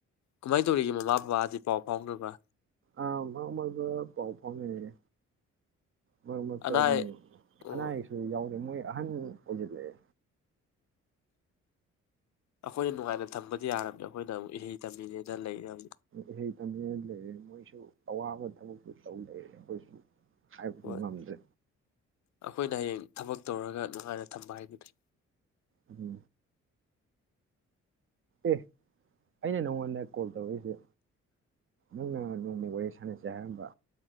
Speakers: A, on the left; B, on the right.
A: ꯀꯃꯥꯏꯅ ꯇꯧꯔꯤꯒꯦ ꯃꯃꯥ ꯄꯄꯥꯗꯤ ꯄꯥꯑꯣ ꯐꯥꯎꯅꯕ
B: ꯑ ꯃꯔꯛ ꯃꯔꯛꯇꯥ ꯄꯥꯎ ꯐꯥꯑꯣꯅꯩꯌꯦ ꯃꯔꯛ ꯃꯔꯛꯇꯥ
A: ꯑꯅꯥ
B: ꯑꯗꯨ
A: ꯑꯌꯦꯛ ꯑꯣ
B: ꯑꯅꯥ ꯑꯌꯦꯛꯁꯨ ꯌꯥꯑꯣ ꯃꯣꯏ ꯑꯍꯟ ꯑꯣꯏꯖꯤꯂꯥꯀꯥ
A: ꯑꯩꯈꯣꯏꯅ ꯅꯨꯡꯉꯥꯏꯅ ꯊꯝꯕꯗꯤ ꯌꯥꯔꯝꯃꯦ ꯑꯩꯈꯣꯏꯅ ꯑꯃꯨꯛ ꯏꯍꯩ ꯇꯝꯃꯤꯅꯦꯅ ꯂꯩꯔꯝ
B: ꯏꯍꯩ ꯇꯝꯖꯅ ꯂꯩꯔꯦ ꯃꯣꯏꯁꯨ ꯑꯋꯥꯕ ꯊꯕꯛꯇꯨ ꯇꯧ ꯂꯩꯔꯦ ꯑꯩꯈꯣꯏꯁꯨ ꯍꯥꯏꯕ
A: ꯍꯣꯏ
B: ꯉꯝꯗꯦ
A: ꯑꯩꯈꯣꯏꯅ ꯍꯌꯦꯡ ꯊꯕꯛ ꯇꯧꯔꯒ ꯅꯨꯡꯉꯥꯏꯅ ꯊꯝꯕ ꯍꯥꯏꯗꯨꯅꯤ
B: ꯑꯗꯨ ꯑꯦ ꯑꯩꯅ ꯅꯪꯉꯣꯟꯗ ꯀꯣꯜ ꯇꯧꯔꯛꯏꯁꯦ ꯅꯪꯅ ꯅꯣꯡꯃ ꯋꯥꯔꯤ ꯁꯥꯟꯅꯁꯦ ꯍꯥꯏꯔꯝꯕ